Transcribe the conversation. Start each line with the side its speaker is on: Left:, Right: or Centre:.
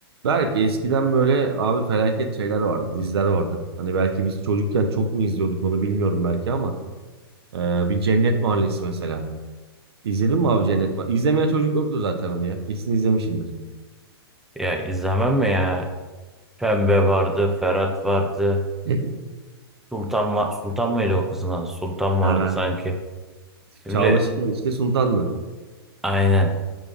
Right: Belki eskiden böyle abi felaket şeyler vardı, diziler vardı. Hani belki biz çocukken çok mu izliyorduk onu bilmiyorum belki ama e, bir Cennet Mahallesi mesela. İzledin mi abi Cennet Mahallesi? İzlemeye çocuk yoktu zaten onu ya. Kesin izlemişimdir.
Centre: Ya izlemem mi ya? Pembe vardı, Ferhat vardı.
Right: <laughs>
Centre: Sultan var. Sultan mıydı o kızın adı? Sultan
Right: Ha.
Centre: vardı sanki. Şimdi
Right: Çağla Şikel işte Sultan'dı.
Centre: aynen.